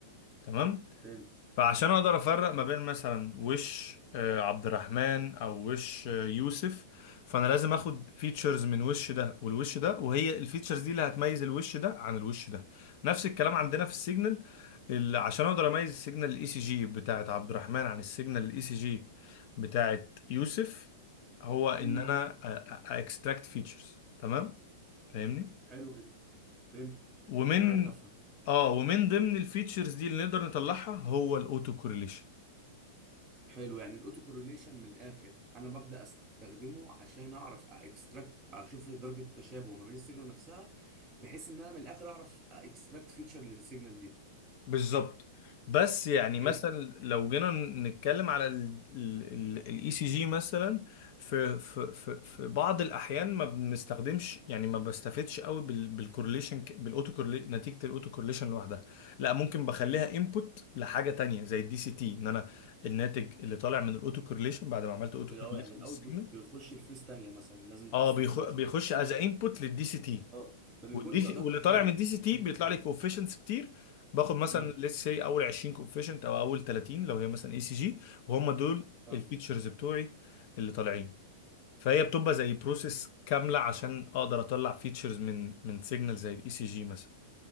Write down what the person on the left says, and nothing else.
تمام
فعشان اقدر افرق ما بين مثلا وش آه، عبد الرحمن او وش آه، يوسف فانا لازم اخد فيتشرز من وش ده والوش ده وهي الفيتشرز دي اللي هتميز الوش ده عن الوش ده نفس الكلام عندنا في السيجنال اللي عشان اقدر اميز السيجنال الاي سي جي بتاعت عبد الرحمن عن السيجنال الاي سي جي بتاعت يوسف هو ان
انا اكستراكت فيتشرز تمام فاهمني
ومن
اه ومن ضمن الفيتشرز دي اللي نقدر نطلعها هو الاوتو كورليشن
بالظبط بس يعني
مثلا لو جينا نتكلم على الاي سي جي مثلا في في في في بعض الاحيان ما بنستخدمش يعني ما بستفدش قوي بالكورليشن بالاوتو كورلي نتيجه الاوتو كورليشن لوحدها لا ممكن بخليها
انبوت لحاجه تانية زي الدي سي تي ان انا الناتج اللي طالع من الاوتو كورليشن بعد ما عملت اوتو
كورليشن
للسيجنال
اه
بيخ-
بيخش
از انبوت للدي سي تي
والدي سي
واللي
طالع من الدي سي تي
بيطلع
لي كوفيشنتس كتير باخد مثلا
ليتس سي اول 20 كوفيشنت او اول 30 لو هي مثلا اي سي جي وهم دول
الفيتشرز بتوعي اللي طالعين فهي بتبقى زي بروسيس كامله عشان اقدر اطلع فيتشرز من من سيجنال زي الاي سي جي مثلا